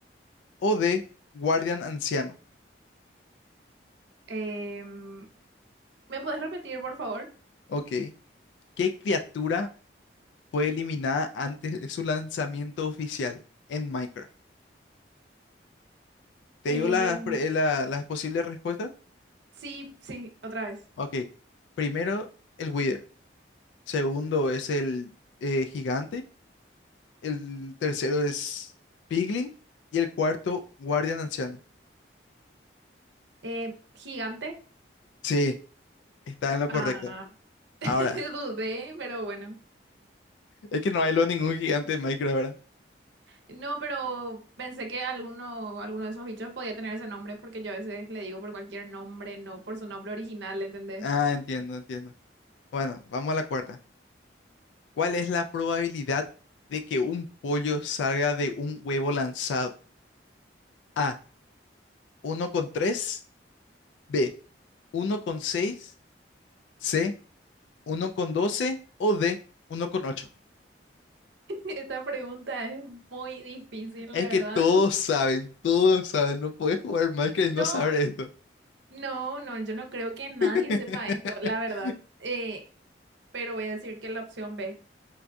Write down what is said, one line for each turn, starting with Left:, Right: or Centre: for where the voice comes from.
Left: O D, guardián anciano.
Right: Em, ¿me puedes repetir, por favor?
Left: Ok. ¿Qué criatura fue eliminada antes de su lanzamiento oficial en Minecraft? ¿Te
Right: Em,
Left: digo las, pre- la- las posibles respuestas?
Right: sí, sí, otra vez.
Left: Ok. Primero, el Wither. Segundo es el eh, gigante. El tercero es piglin. Y el cuarto, guardián anciano.
Right: Eh, gigante.
Left: Sí, está en lo
Right: Ah,
Left: correcto.
Right: <laughs>
Left: Ahora,
Right: dudé, pero bueno.
Left: es que no hay lo ningún gigante en Minecraft, ¿verdad?
Right: No, pero pensé que alguno, alguno de esos bichos podía tener ese nombre porque yo a veces le digo por cualquier nombre, no por su nombre original, ¿entendés?
Left: Ah, entiendo, entiendo. Bueno, vamos a la cuarta. ¿Cuál es la probabilidad de que un pollo salga de un huevo lanzado? A, uno con tres. B, uno con seis. C, uno con doce. o D, uno con ocho.
Right: <laughs> Esta pregunta es muy difícil,
Left: Es
Right: la
Left: que
Right: verdad.
Left: todos
Right: <laughs>
Left: saben, todos saben, no puedes jugar Minecraft
Right: No,
Left: y no saber esto.
Right: no, no, yo no creo que nadie
Left: <laughs>
Right: sepa esto, la verdad. Eh, pero voy a decir que la opción B.